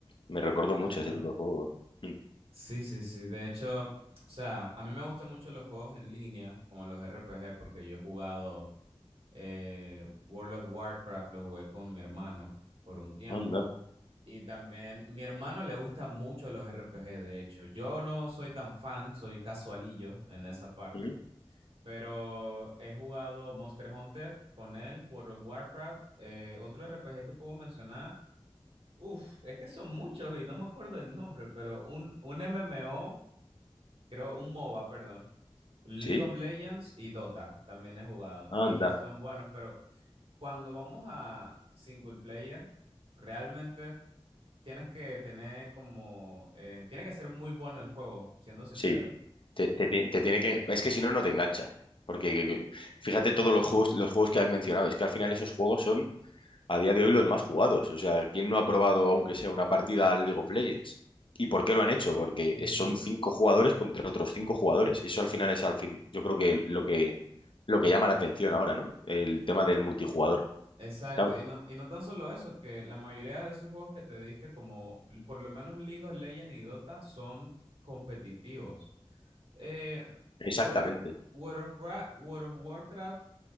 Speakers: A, on the left; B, on the right.
A: Me recuerdo
B: Claro.
A: mucho a ese tipo de juegos. Mm,
B: Sí, sí, sí. De hecho, o sea, a mí me gustan mucho los juegos en línea, como los R P G porque yo he jugado eh, World of Warcraft, lo jugué con mi hermano por un tiempo.
A: Anda.
B: Y también mi hermano le gustan mucho los R P G. de hecho. Yo no soy tan fan, soy casualillo en esa parte.
A: Mm,
B: Pero he jugado Monster Hunter con él, World of Warcraft, eh, otro R P G que puedo mencionar. Uf, es que son muchos y no me acuerdo el nombre, pero un, un M M O creo, un MOBA, perdón. League
A: Sí,
B: of Legends y Dota también he jugado
A: anda.
B: y, y son buenos, pero cuando vamos a single player, realmente tienes que tener como, eh, tiene que ser muy bueno el juego, siendo sincero.
A: Sí. Te, te ti- te tiene que. Es que si no, no te engancha. Porque que- que- fíjate todos los juegos, los juegos que has mencionado. Es que al final esos juegos son a día de hoy los más jugados. O sea, ¿quién no ha probado,
B: Sí.
A: aunque sea una partida al League of Legends? ¿Y por qué lo han hecho? Porque
B: Ujú.
A: es- son cinco jugadores contra otros cinco jugadores. Eso al final es al fin. Yo creo que lo que lo que llama la atención ahora, ¿no? El tema del multijugador.
B: Exacto,
A: ¿sabes?
B: y no, y no tan solo eso, que la mayoría de esos juegos que te dije, como l- por lo menos League of Legends y Dota, son competitivos. Eh,
A: Exactamente.
B: World of, World of Gra- World of Warcraft